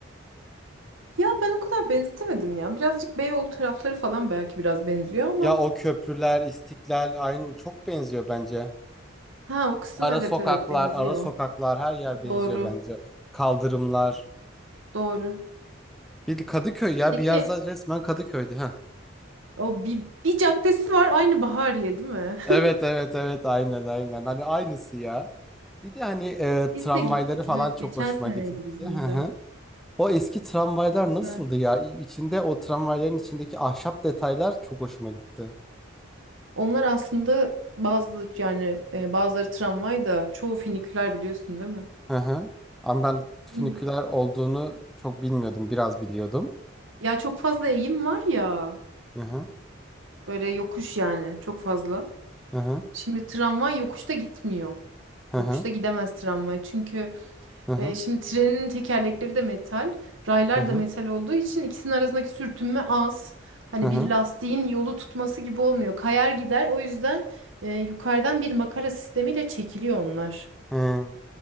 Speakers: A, on the right; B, in the centre.
A: Ya ben o kadar benzetemedim ya. Birazcık Beyoğlu tarafları falan belki biraz benziyor ama.
B: Ya o köprüler, İstiklal aynı çok benziyor bence.
A: Ha o kısım
B: Ara
A: evet
B: sokaklar,
A: evet benziyor.
B: ara sokaklar her yer benziyor
A: Doğru.
B: bence. Kaldırımlar.
A: Doğru.
B: Bir de Kadıköy ya
A: Peki
B: bir yer za- resmen Kadıköy'dü ha.
A: o bir, bir caddesi var aynı Bahariye değil mi?
B: Evet evet evet aynen aynen. Hani aynısı ya. Bir de hani e,
A: Biz
B: tramvayları
A: de gittik.
B: falan
A: Evet,
B: çok
A: geçen
B: hoşuma
A: seneydi
B: gitmişti.
A: bizim
B: Hı hı.
A: de.
B: O eski tramvaylar
A: Güzel.
B: nasıldı ya? İ- İçinde o tramvayların içindeki ahşap detaylar çok hoşuma gitti.
A: Onlar aslında bazı yani e, bazıları tramvay da çoğu finiküler biliyorsun değil mi?
B: Hı hı. Ama ben füniküler
A: Yeni-
B: olduğunu çok bilmiyordum. Biraz biliyordum.
A: Ya çok fazla eğim var ya.
B: Hı hı.
A: Böyle yokuş yani çok fazla.
B: Hı hı.
A: Şimdi tramvay yokuşta gitmiyor.
B: Hı hı.
A: Yokuşta gidemez tramvay. Çünkü
B: Hı hı
A: Ee, şimdi trenin tekerlekleri de metal, raylar
B: hı hı
A: da metal olduğu için ikisinin arasındaki sürtünme az. Hani
B: hı hı.
A: bir lastiğin yolu tutması gibi olmuyor. Kayar gider. O yüzden e, yukarıdan bir makara sistemiyle çekiliyor onlar.
B: Hı.